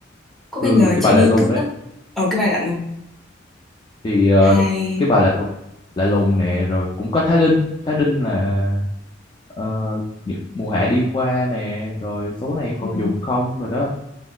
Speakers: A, in the centre; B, on the left.
A: có
B: ừ
A: cái lời
B: cái
A: trên
B: bà lạ
A: YouTube
B: lùng đấy
A: đó ở cái bài lạ lùng
B: thì ờ,
A: hay
B: cái bà lạ lùng lạ lùng nè rồi cũng có Thái Linh Thái Linh là ờ, những mùa hạ đi qua nè rồi số này em còn
A: ừ.
B: dùng không rồi đó